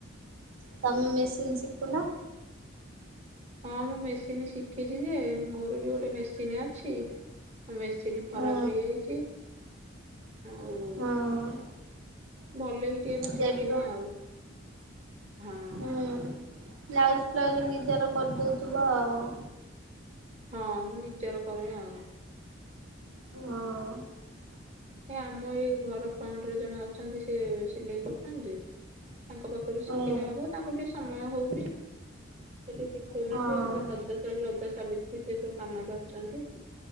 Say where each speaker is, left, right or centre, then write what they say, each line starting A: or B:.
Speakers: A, on the right (about 85°); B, on the right (about 30°).
A: ତମେ ମେସିନ୍ ଶିଖୁନ।
B: ହଁ ମୁଁ ମେସିନ୍ ଶିଖିଛି ଯେ ମୋର ବି ଗୋଟେ ମେସିନ୍ ଅଛି। ମେସିନ୍ ଖରାପ
A: ହୁଁ
B: ହୋଇଯାଇଛି। ଆଉ
A: ହଁ।
B: ଭଲକି ଟିକେ ମୁଁ
A: ସଜାଡ଼ିବ
B: ଶିଖିନି ଆଉ ହଁ।
A: ହୁଁ ବ୍ଲାଉଜ ଫ୍ଲାଉଜ ନିଜର କରିଦେଉଥିବ ଆଉ।
B: ହଁ ମୁଁ ନିଜର କରେ ଆଉ
A: ହଁ।
B: ଏ ଆମ ଏଇ ଘର ଫ୍ରଣ୍ଟରେ ଜଣେ ଅଛନ୍ତି ସେ ସିଲେଇ କରୁଛନ୍ତି ତାଙ୍କ ପାଖରୁ
A: ହୁଁ
B: ଶିଖିଲେ ହେବ ତାଙ୍କୁ ଟିକେ ସମୟ ହେଉନି ସେ ଟିକେ ଶିଖଉନାହାନ୍ତି
A: ହଁ ହଁ।
B: ଏବେ ତ ସେ ରଜ ସାବିତ୍ରି ସେ ସବୁ କାମରେ ଅଛନ୍ତି